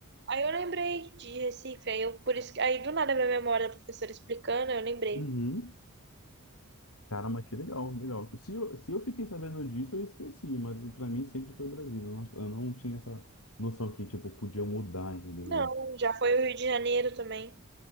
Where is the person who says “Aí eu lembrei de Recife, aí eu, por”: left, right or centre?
Right